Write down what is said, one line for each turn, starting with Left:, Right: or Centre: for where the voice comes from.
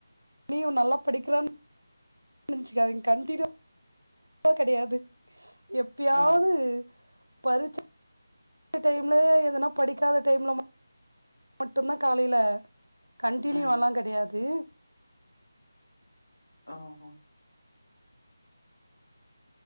Right: நீயு நல்லா படிக்கிறன் நின்ச்சுக்காதீங் கண்டினியூவா அ கெடையாது ப்பியாவது
Left: ஆ
Right: பரீட்ச டைம்ல ஏதான படிக்காத டைம்ல மட் மட்டு தா காலையிலே கண்டினியூவலா
Left: ம்
Right: கெடையாது
Left: ஓஹோ